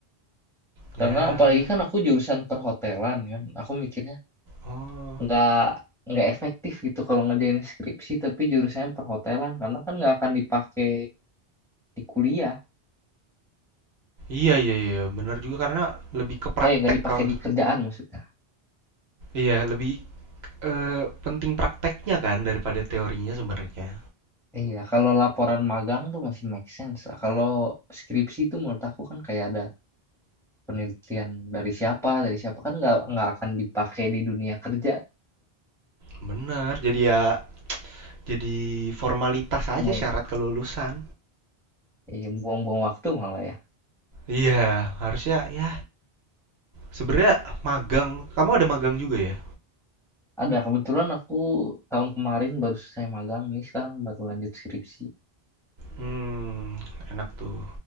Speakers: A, on the right; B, in the centre.
A: Ya.
B: Karena apalagi kan aku jurusan perhotelan kan. Aku mikirnya
A: Oh.
B: nggak nggak efektif gitu kalau ngerjain skripsi tapi jurusannya perhotelan karena kan nggak akan dipakai di kuliah
A: Iya iya iya iya, bener juga karena lebih ke praktek
B: eh nggak dipakai
A: kalau
B: di kerjaan maksudnya
A: iya lebih eh, penting prakteknya kan daripada teorinya sebenarnya.
B: iya kalau laporan magang tuh masih make sense lah kalau skripsi tuh menurut aku kan kayak ada penelitian dari siapa dari siapa kan nggak nggak akan dipakai di dunia kerja
A: Bener, jadi ya jadi formalitas aja
B: buang
A: syarat kelulusan.
B: iya buang-buang waktu malah ya
A: Iya, harusnya ya sebenarnya magang. Kamu ada magang juga ya?
B: ada kebetulan aku tahun kemarin baru selesai magang ini sekarang baru lanjut skripsi
A: Hmm, enak tuh.